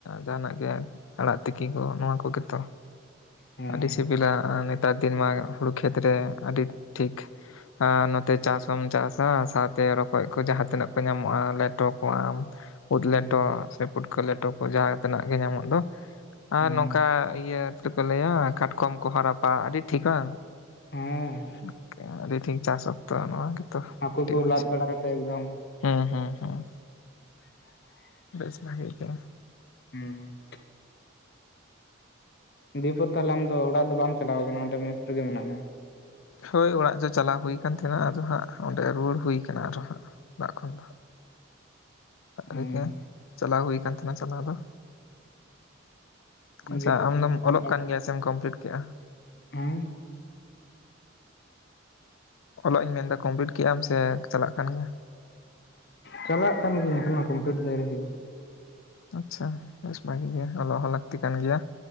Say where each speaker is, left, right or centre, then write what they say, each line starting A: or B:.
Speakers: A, on the left; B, on the left.
A: ᱡᱟᱦᱟᱸᱱᱟᱜ ᱜᱮ ᱟᱲᱟᱜ ᱛᱤᱠᱤ ᱠᱚ, ᱱᱚᱣᱟ ᱠᱚᱜᱮ ᱛᱚ
B: ᱦᱮᱸ
A: ᱟᱹᱰᱤ ᱥᱤᱵᱤᱞᱟ ᱾ ᱱᱮᱛᱟᱨ ᱫᱤᱱ ᱢᱟ ᱦᱩᱲᱩ ᱠᱷᱮᱛ ᱨᱮ ᱟᱹᱰᱤ ᱴᱷᱤᱠ ᱟᱸ ᱱᱚᱛᱮ ᱪᱟᱥ ᱠᱚᱢ ᱪᱟᱥᱟ ᱥᱟᱶᱛᱮ ᱨᱚᱠᱚᱡ ᱠᱚ ᱡᱟᱦᱟᱸ ᱛᱤᱱᱟᱹᱜ ᱠᱚ ᱧᱟᱢᱚᱜᱼᱟ ᱞᱮᱴᱚ ᱠᱚᱜᱣᱟᱢ ᱾ ᱩᱫ
B: ᱦᱮᱸ
A: ᱞᱮᱴᱚ ᱥᱮ ᱯᱩᱴᱠᱟᱹ ᱞᱮᱴᱚ ᱠᱚ ᱡᱟᱦᱟᱸ ᱛᱤᱱᱟᱜ ᱜᱮ ᱧᱟᱢᱚᱜ ᱫᱚ ᱟᱨ
B: ᱦᱮᱸ
A: ᱱᱚᱝᱠᱟ ᱤᱭᱟᱹ ᱪᱮᱫ ᱠᱚ ᱞᱟᱹᱭᱟ ᱠᱟᱴᱠᱚᱢ ᱠᱚ ᱦᱚᱸ ᱨᱟᱯᱟ ᱟᱹᱰᱤ ᱴᱷᱤᱠ-ᱟ
B: ᱦᱮᱸ
A: <unintelligible> ᱟᱹᱰᱤ ᱴᱷᱤᱠ ᱪᱟᱥ ᱚᱠᱛᱚ ᱱᱚᱣᱟ ᱜᱮᱛᱚ
B: ᱦᱟᱹᱠᱩ
A: ᱟᱹᱰᱤ
B: ᱠᱚ
A: ᱢᱚᱡ
B: ᱞᱟᱫ ᱵᱟᱲᱟ ᱠᱟᱛᱮ ᱮᱠᱫᱚᱢ
A: ᱦᱮᱸ ᱦᱮᱸ ᱦᱮᱸ ᱵᱮᱥ ᱵᱷᱟᱜᱮ ᱜᱮ
B: ᱦᱩᱸ ᱫᱤᱯᱩ ᱛᱟᱦᱞᱮ ᱟᱢ ᱫᱚ ᱚᱲᱟᱜ ᱫᱚ ᱵᱟᱢ ᱪᱟᱞᱟᱣ ᱟᱠᱟᱱᱟ ᱚᱸᱰᱮ ᱢᱮᱥ ᱨᱮᱜᱮ ᱢᱮᱱᱟᱜ ᱢᱮᱭᱟ
A: ᱦᱳᱭ ᱚᱲᱟᱜ ᱪᱚ ᱪᱟᱞᱟᱣ ᱦᱩᱭᱩ ᱟᱠᱟᱱ ᱛᱟᱦᱮᱱᱟ ᱟᱫᱚ ᱦᱟᱸᱜ ᱚᱸᱰᱮ ᱨᱩᱣᱟᱹᱲ ᱦᱩᱭᱠᱟᱱᱟ ᱟᱨᱚ ᱦᱟᱸᱜ ᱚᱲᱟᱜ ᱠᱷᱚᱱ ᱫᱚ <unintelligible>
B: ᱦᱮᱸ
A: ᱪᱟᱞᱟᱣ ᱦᱩᱭ ᱠᱟᱱ ᱛᱟᱦᱮᱱᱟ ᱪᱟᱞᱟᱣ ᱫᱚ ᱟᱪᱪᱷᱟ
B: ᱫᱤᱭᱮ
A: ᱟᱢᱫᱚᱢ
B: ᱛᱟᱦᱚᱞᱮ ᱪᱮᱫᱛᱮᱢ
A: ᱚᱞᱚᱜ ᱠᱟᱱ ᱜᱮᱭᱟ ᱥᱮᱢ ᱠᱚᱢᱯᱤᱞᱤᱴ ᱠᱮᱜ-ᱟ
B: ᱦᱩᱸ
A: ᱚᱞᱚᱜ ᱤᱧ ᱢᱮᱱᱫᱟ ᱠᱚᱢᱯᱞᱤᱴ ᱠᱮᱜ-ᱟᱢ ᱥᱮ ᱪᱟᱞᱟᱜ ᱠᱟᱱ ᱜᱮᱭᱟ
B: ᱪᱟᱞᱟᱜ ᱠᱟᱱ ᱜᱮᱭᱟ ᱮᱠᱷᱚᱱᱚ ᱠᱚᱢᱯᱞᱤᱴ ᱫᱚ ᱟ. ᱣᱨᱤ ᱦᱩᱭᱩᱜᱼᱟ
A: ᱟᱪᱪᱷᱟ ᱵᱮᱥ ᱵᱷᱟᱜᱤ ᱜᱮ ᱚᱞᱚᱜ ᱦᱚᱸ ᱞᱟᱹᱠᱛᱤ ᱠᱟᱱ ᱜᱮᱭᱟ